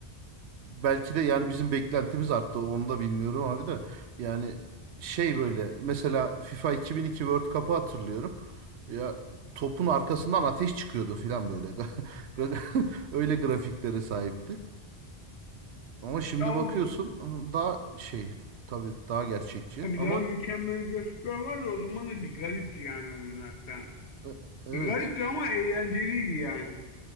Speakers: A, on the right (about 80°); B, on the left (about 80°).
A: Belki de yani bizim beklentimiz arttı. Onu da bilmiyorum abi de. Yani şey böyle mesela FIFA 2002 World Cup'ı hatırlıyorum. Ya topun arkasından ateş çıkıyordu filan böyle. <laughs> Öyle grafiklere sahipti. Ama şimdi
B: Ya
A: bakıyorsun
B: o,
A: daha şey tabii daha gerçekçi
B: tabii
A: ama
B: daha mükemmel grafikler vardı o zaman da bir garipti yani oyunlar falan.
A: e, evet.
B: Bir garipti ama eğlenceliydi yani.